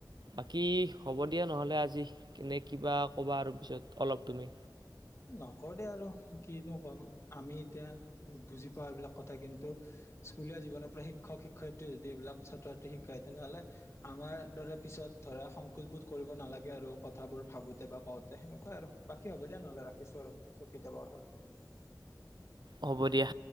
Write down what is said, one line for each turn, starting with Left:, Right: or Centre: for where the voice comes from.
Right: বাকী হ'ব দিয়া নহলে আজি কেনে কিবা ক'বা আৰু পিছত অলপ তুমি?
Left: নকৰে আৰু কিনো কম আমি এতিয়া বুজি পাওঁ এইবিলাক কথা কিন্তু! স্কুলীয়া জীৱনৰ পৰা শিক্ষক শিক্ষয়িত্ৰী যদি এইবিলাক ছাত্ৰ ছাত্ৰী শিক্ষা তেনেহলে আমাৰ দৰে পিছত ধৰা সংকোচ বোধ কৰিব নালাগে আৰু কথাবোৰ ভাবোতে বা কওঁতে সেনেকুৱা আৰু বাকী হ'ব দিয়া নহ'লে ৰাখ। থছো আৰু পিছত কেতিয়াবা কথা পাতিম।
Right: হ'ব দিয়া।